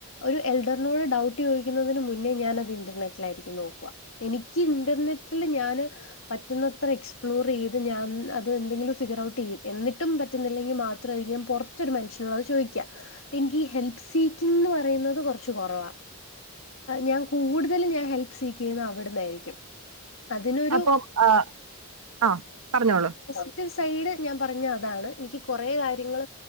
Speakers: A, on the left (about 65°); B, on the right (about 85°).
A: ഒരു എൽഡറിനോട് ഡൗട്ട് ചോദിക്കുന്നതിന് മുന്നേ ഞാനത് ഇന്റർനെറ്റിലായിരിക്കും നോക്കുക എനിക്ക് ഇന്റർനെറ്റിൽ ഞാന് പറ്റുന്നത്ര എക്സ്പ്ലോർ ചെയ്ത് ഞാൻ അത് എന്തെങ്കിലും ഫിഗർ ഔട്ട് ചെയ്യും എന്നിട്ടും പറ്റുന്നില്ലെങ്കിൽ മാത്രമായിരിക്ക ഞാൻ പുറത്തൊരു മനുഷ്യനോട് അത് ചോദിക്കുക എനിക്ക് ഈ ഹെൽപ് സീക്കിംഗ എന്ന് പറയുന്നത് കുറച്ച് കുറവാാണ് ഞാൻ കൂടുതൽ ഞാൻ ഹെൽപ് സീക്ക് ചെയ്യുന്നത് അവിടുന്നായിരിക്കും അതിനൊരു
B: അപ്പൊ ആഹ ആഹ പറഞ്ഞോളൂ
A: ് സൈഡ് ഞാൻ പറഞ്ഞ അതാണ് എനിക്ക് കുറെേ കാര്യങ്ങൾ